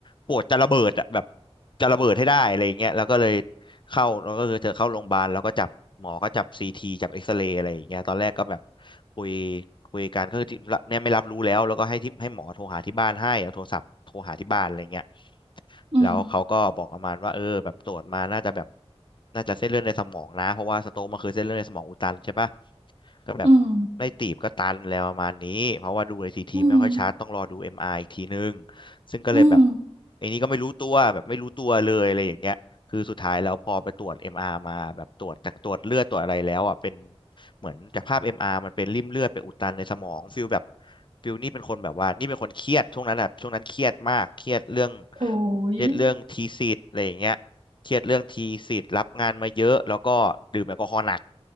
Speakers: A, on the left (about 45°); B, on the right (about 70°).
A: ปวดจะระเบิดอะแบบจะระเบิดให้ได้อะไรอย่างเงี้ยแล้วก็เลยเข้าแล้วก็คือเธอเข้าโรงพยาบาลแล้วก็จับหมอก็จับซีทีจับเอ็กซเรย์อะไรอย่างเงี้ยตอนแรกก็แบบคุยคุยกันก็คือที่เนี่ยไม่รับรู้แล้วแล้วก็ให้ที่ให้หมอโทรหาที่บ้านให้เอาโทรศัพท์โทรหาที่บ้านอะไรเงี้ย
B: อืม
A: แล้วเขาก็บอกประมาณว่าเออแบบตรวจมาน่าจะแบบน่าจะเส้นเลือดในสมองนะเพราะว่าสโตรกมันคือเส้นเลือดในสมองอุดตันใช่ปะก็แบบ
B: อืม
A: ไม่ตีบก็ตันแล้วประมาณนี้เพราะว่าดูในซีทีไม่ค่อยชัดต้องรอดูเอ็มไออีกทีนึง
B: อืม
A: ซึ่งก็เลยแบบ
B: อืม
A: ไอ้นี่ก็ไม่รู้ตัวแบบไม่รู้ตัวเลยอะไรอย่างเงี้ยคือสุดท้ายแล้วพอไปตรวจเอ็มอาร์มาแบบตรวจจากตรวจเลือดตรวจอะไรแล้วอ่ะเป็น เหมือนจากภาพ MR มอาร์มันเป็นริ่มเลือดไปอุดตันในสมองฟิลแบบฟิลนี่เป็นคนแบบว่านี่เป็นคนเครียดช่วงนั้นอะช่วงนั้นเครียดมากเครียดเรื่อง
B: โอ้ย
A: เครียดเรื่องทีสิทธ์อะไรอย่างเงี้ยเครียดเรื่องทีสิทธ์รับงานมาเยอะแล้วก็ดื่มแอลกอฮอล์หนัก